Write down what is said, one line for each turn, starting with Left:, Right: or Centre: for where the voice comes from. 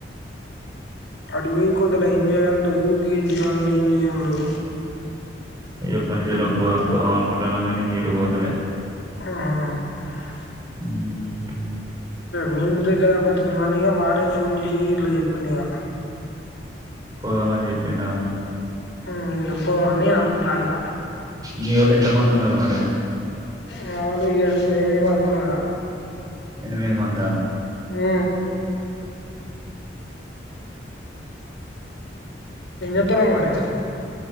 Left: అడి పోయి కొద్దిలే ఏం చేయాల లేదు ఊకంటి కాలండి ఏం చేయలేదు
Right: ఏద పని చేల్లో పోదాం పోదాం అనుకుంటున్నాం కాగానీ వటు పోతార
Left: ఆహా
Right: మ్మ్
Left: మీ ముద దా పా వాడే ఫోన్ చేసి ఇట్లా చెప్పిండు ఇగ
Right: పోదామని చెపిండా
Left: అ పోన్న అనుకున్నానిద
Right: మీ వోళ్ళు ఎంత మంది ఉన్నారు మరి
Left: నాలుగు ఏడు ఎనిమి వ అనున్నా
Right: ఎనిమిది మంద
Left: హ ఇతర మారే